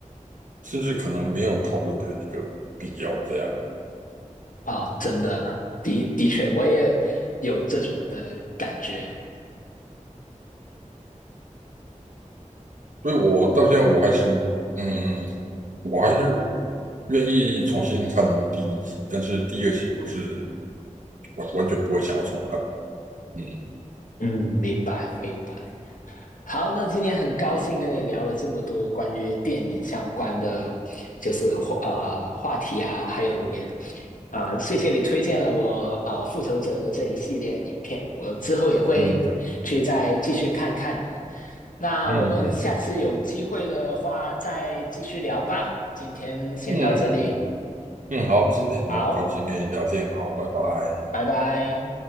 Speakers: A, on the right; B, on the left.
A: 甚至可能没有讨论的一个必要这样，
B: 啊、真的的的确我也有这种的感觉，
A: 所以我到现在我还是，嗯，我还是愿意重新看第一集，但是第二集我是完完全不会想要重看，嗯
B: 嗯，明白明白。好，那今天很高兴跟你聊了这么多关于电影相关的，就是话呃话题啊，还有也啊、呃谢谢你推荐了我呃《复仇者》的这一系列影片，我之后也会去再继续看看的。
A: 嗯
B: 那我们下次有机会的话再继续聊吧，
A: 嗯嗯
B: 今天先到这里，
A: 嗯嗯，好，今天很高兴跟你聊天，
B: 好，
A: 好，拜拜。
B: 拜拜。